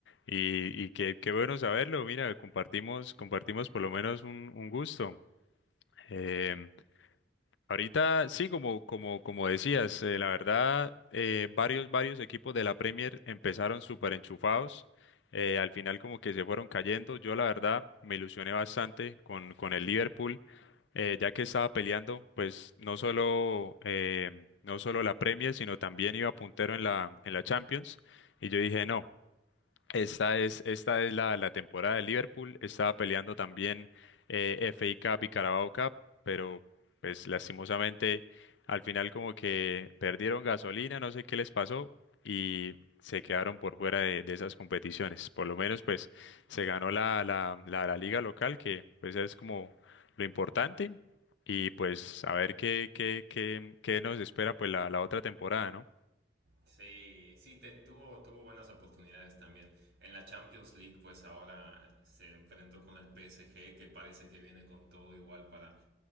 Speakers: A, on the left (about 85°); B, on the right (about 75°).
A: Y, y qué, qué bueno saberlo. Mira, compartimos, compartimos por lo menos un, un gusto. Em, Ahorita sí, como, como, como decías, eh, la verdad, eh, varios, varios equipos de la Premier empezaron súper enchufados. eh, al final como que se fueron cayendo. Yo la verdad me ilusioné bastante con, con el Liverpool, eh, ya que estaba peleando, pues no solo, eh, no solo la Premier, sino también iba puntero en la, en la Champions. Y yo dije, no, esta es, esta es la, la temporada de Liverpool. Estaba peleando también eh, FA Cup y Carabao Cup, pero pues lastimosamente al final como que perdieron gasolina, no sé qué les pasó y se quedaron por fuera de, de esas competiciones. Por lo menos pues se ganó la, la, la, la liga local, que pues es como lo importante. Y pues a ver qué, qué, qué, qué nos espera pues la, la otra temporada, ¿no?
B: Sí, sí, te, tuvo, tuvo buenas oportunidades también. En la Champions League, pues ahora se enfrentó con el PSG, que parece que viene con todo igual para